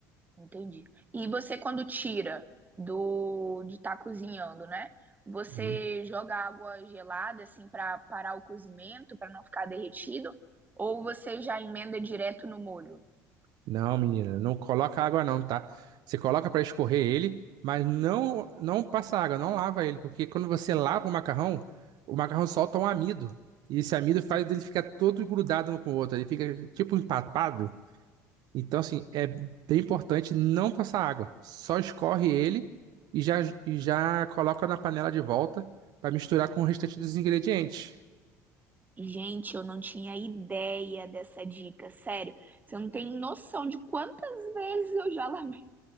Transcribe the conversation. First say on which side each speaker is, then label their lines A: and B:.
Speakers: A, on the right; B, on the right.
A: entendi. E você, quando tira do de estar cozinhando, né? Você
B: Uhum.
A: joga água gelada, assim, para parar o cozimento, para não ficar derretido? Ou você já emenda direto no molho?
B: Não, menina, não coloca água não, tá? Você coloca para escorrer ele, mas não não passa água, não lava ele, porque quando você lava o macarrão, o macarrão solta um amido. E esse amido faz ele ficar todo grudado um com o outro, ele fica tipo empapado. Então, assim, é bem importante não passar água. Só escorre ele e já, e já coloca na panela de volta para misturar com o restante dos ingredientes.
A: Gente, eu não tinha ideia dessa dica, sério. Você não tem noção de quantas vezes eu já lavei,